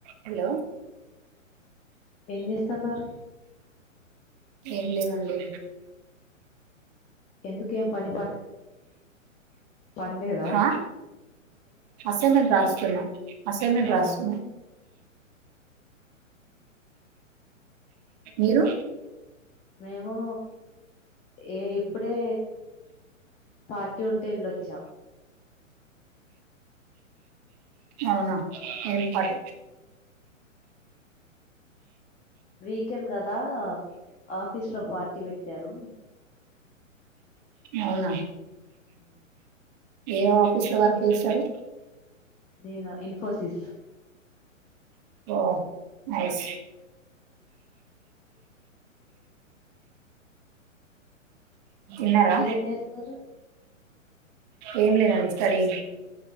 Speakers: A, on the right; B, on the left.
A: Hello
B: ఏం చేస్తున్నారు
A: ఏం లేదండి
B: ఎందుకు ఏం పనిపాట్ పనిలేేదా
A: ఆ అసైన్మెంట్ రాస్తున్నా అసైన్మెంట్
B: అవునా
A: రాస్తున్నా మీరు
B: మేము ఏ ఇప్పుడే పాట్ టి ఉంటే ఎళ్ళొచ్చా
A: అవునా ఏం పాటి
B: వీకెండ్ కదా ఆఫీస్ లో పార్టీ పెట్టారు
A: అవునా
B: ఉమ్మ్
A: ఏ ఆఫీస్ లో వర్క్ చేస్తారు
B: నేనా ఇన్ఫోసిస్
A: ఓ నైస్ తిన్నారా
B: మీరేం చేస్తారు
A: ఏం లేదండి స్టడియింగ్